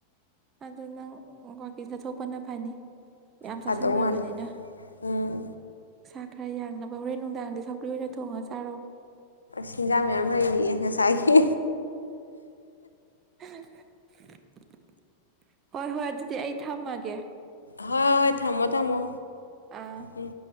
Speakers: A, on the right; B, on the left.
A: ꯑꯗꯨ ꯅꯪ ꯋꯥꯀꯤꯡ‌ ꯆꯠ ꯊꯣꯛꯄꯅ ꯐꯅꯤ ꯌꯥꯝ
B: ꯐꯗꯧ
A: ꯆꯥꯁꯤꯟꯈ꯭ꯔꯕꯅꯤꯅ
B: ꯃꯥꯜꯂꯦ ꯎꯝ
A: ꯈꯔ ꯌꯥꯡꯅꯕ ꯍꯣꯔꯦꯟ ꯅꯨꯡꯗꯥꯡꯗꯤ ꯁꯧ꯭ꯂꯤ ꯑꯣꯏꯅ ꯊꯣꯡꯉ ꯆꯥꯔꯣ
B: ꯆꯤꯟꯖꯥꯡ ꯃꯌꯥꯝ ꯂꯩꯔꯤꯑꯌꯦ ꯉꯁꯥꯏꯒꯤ
A: <inaudible> ꯍꯣꯏ ꯍꯣꯏ ꯑꯗꯨꯗꯤ ꯑꯩ ꯊꯝꯃꯒꯦ
B: ꯍꯣꯏ ꯍꯣꯏ ꯊꯝꯃꯣ ꯊꯝꯃꯣ
A: ꯑꯥ
B: ꯎꯝ